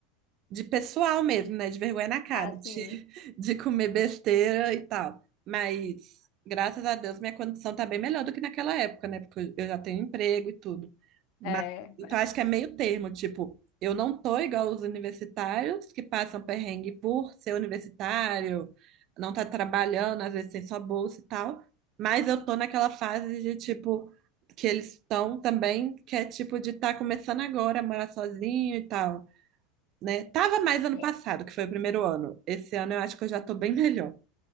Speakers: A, on the right; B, on the left.
A: de pessoal mesmo, né? De vergonha na cara,
B: assim,
A: de, <laughs> de comer besteira e tal. Mas, graças a Deus, minha condição tá bem melhor do que naquela época, né? Porque eu já tenho emprego e tudo. Mas,
B: é,
A: então, acho que é meio termo, tipo, eu não tô igual os universitários que passam perrengue por ser universitário, não tá trabalhando, às vezes tem só bolsa e tal. Mas eu tô naquela fase de, tipo, que eles estão também, que é tipo de estar começando agora a morar sozinho e tal né? Tava mais ano
B: é,
A: passado, que foi o primeiro ano. Esse ano eu acho que eu já tô bem melhor.